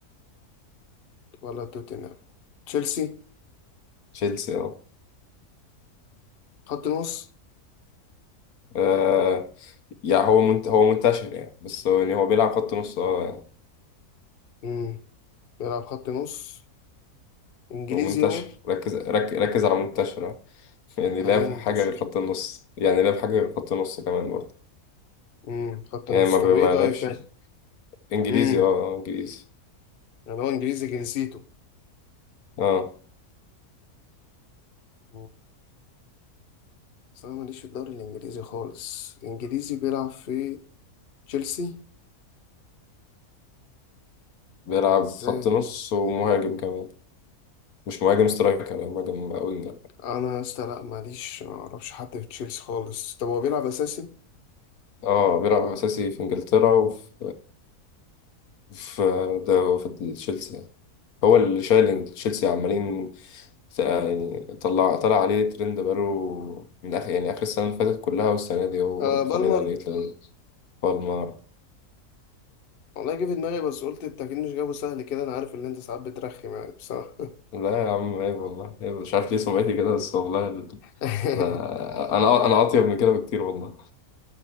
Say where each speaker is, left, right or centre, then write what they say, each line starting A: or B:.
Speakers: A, on the left (about 45°); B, on the left (about 75°).
A: ولا توتنهام تشيلسي
B: تشيلسي أه
A: خط نص
B: آه، يعني هو منت... هو منتشر يعني بس هو يعني هو بيلعب خط نص أه يعني
A: مم. بيلعب خط نص إنجليزي
B: هو منتشر
A: هو
B: ركز رك... ركز على منتشر أه يعني
A: يعني
B: لعب
A: إيه منتشر
B: حاجة غير خط النص يعني لعب حاجة غير خط النص كمان برضه
A: امم خط
B: يعني
A: نص
B: ما,
A: طب
B: ب... ما
A: ايه طيب
B: لعبش
A: تاني
B: إنجليزي
A: امم
B: أه إنجليزي
A: يعني هو انجليزي جنسيته
B: أه
A: مم. بس انا ماليش في الدوري الانجليزي خالص انجليزي بيلعب في تشيلسي
B: بيلعب
A: ازاي
B: خط نص ومهاجم كمان مش مهاجم سترايكر يعني مهاجم وينج يعني.
A: انا يا اسطى لا ماليش معرفش حد في تشيلسي خالص طب هو بيلعب اساسي
B: اه بيلعب اساسي في انجلترا وفي في ده في تشيلسي هو اللي شايل تشيلسي عمالين ت- يعني طلع طلع عليه ترند بقاله من اخر يعني اخر السنه اللي فاتت كلها والسنه دي هو
A: آه
B: برضه
A: بالمر
B: طالعين عليه ترند بالمر
A: والله جه في دماغي بس قلت انت اكيد مش جابه سهل كده انا عارف ان انت ساعات بترخم يعني بصراحة
B: لا يا عم عيب والله عيب مش عارف ليه سمعتي كده بس والله ال-
A: <laughs>
B: ده انا انا اطيب من كده بكتير والله